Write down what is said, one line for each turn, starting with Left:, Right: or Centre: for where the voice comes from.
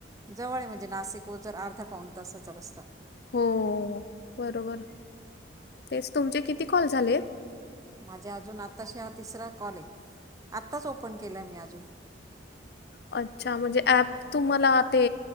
Right: जवळ आहे म्हणजे, नाशिक ओझर अर्धा पाऊन तासाचा रस्ता.
Left: हो... बरोबर, तेच तुमचे किती कॉल झालेत?
Right: माझ्ये अजून आत्ताशी हा तिसरा कॉल आहे, आत्ताच ओपन केला आहे मी अजून.
Left: अच्छा.... म्हणजे ऍप तुम्हाला ते...